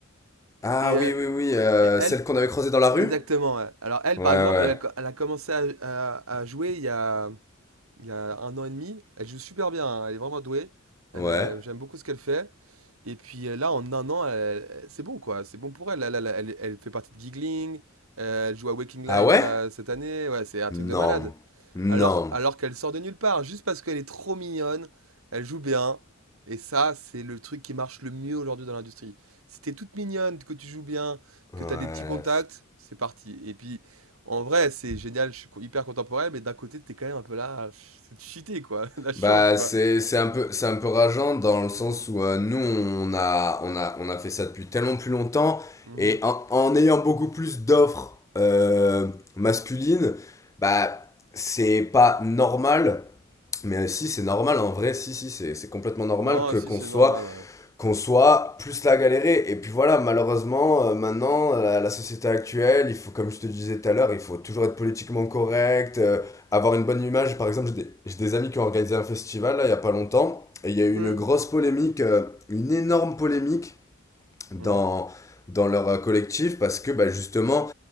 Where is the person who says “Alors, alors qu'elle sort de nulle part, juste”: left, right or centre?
Right